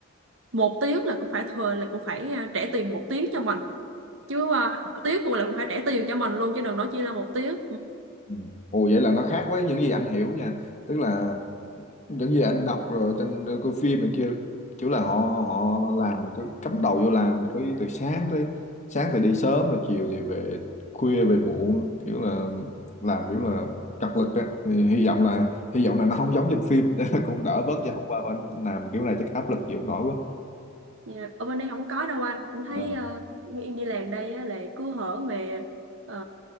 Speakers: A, on the right; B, on the left.
A: một tiếng là cũng phải thừa là cũng phải à, trả tiền một tiếng cho mình chứ à, tiếng cũng là cũng phải trả tiền cho mình luôn chứ đừng nói chỉ là một tiếng
B: Ừ. Ồ vậy là nó khác với những gì anh hiểu nha. Tức là
A: ừ.
B: những gì anh đọc rồi trên ờ, coi phim này kia kiểu là họ họ làm cứ cắm đầu vô làm tới từ sáng tới sáng thì đi sớm rồi chiều thì về khuya về muộn kiểu là làm kiểu là cật lực á thì hy vọng là hy vọng là nó không giống trên phim <laughs> để cũng đỡ bớt chứ hôm qua mà anh làm kiểu này chắc áp lực chịu không nổi quá.
A: Dạ, Ở bên đây không có đâu anh em thấy
B: Ờ,
A: ờ, như em đi làm đây á, là cứ hở về ờ,